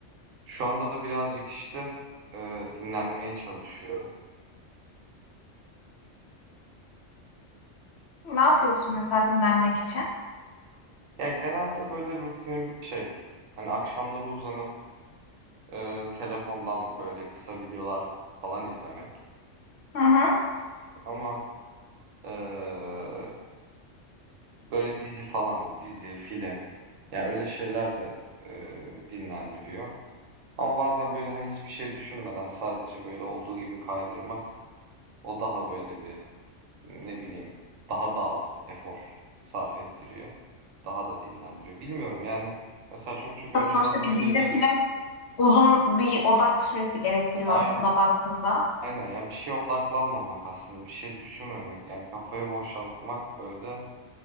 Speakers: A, on the right (about 85°); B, on the left (about 65°).
A: Şu anda da birazcık işte eee, dinlenmeye çalışıyorum.
B: Ne yapıyorsun mesela dinlenmek için?
A: Ya genelde böyle rutinim şey, hani akşamları uzanıp eee, telefondan böyle kısa videolar falan izlemek.
B: Hı hı.
A: Ama eee Böyle dizi falan, dizi, film. Ya öyle şeyler de eee, dinlendiriyor. Ama bazen böyle hani hiçbir şey düşünmeden sadece böyle olduğu gibi kaydırmak o daha böyle bir ne bileyim daha da az efor sarf ettiriyor. Daha da dinlendiriyor. Bilmiyorum yani mesela çok çok
B: Tabii
A: önceden
B: sonuçta
A: böyle
B: bir dizi
A: bir
B: film uzun bir odak süresi gerektiriyor
A: aynı
B: aslında baktığında.
A: aynen ya bir şeye odaklanmamak aslında bir şey düşünmemek yani kafayı boşaltmak böyle